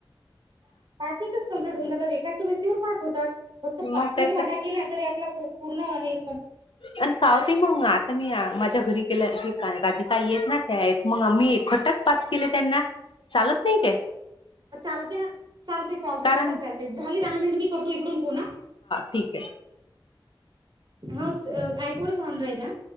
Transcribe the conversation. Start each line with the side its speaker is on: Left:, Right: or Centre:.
Right: च कप्ट होऊ जातात एकाच व्यक्तीवर पाच होतात फक्त पाचही
Left: मग काय तर
Right: बा केल्या तरी आपला हो पूर्ण आहे
Left: आणि काहो ताई मग आता मी माझ्या घरी हे का आधी काही येत ना त्या मग मी एकखटाच पाच केले त्यांना चालत नाही काय?
Right: चालते ना चालते चालते
Left: कारण
Right: तस चालते झाले दहा मिनिट मी करतो इकडून फोन हा
Left: ठीक हें
Right: हो एपवरच ऑन राहायचं हं ‌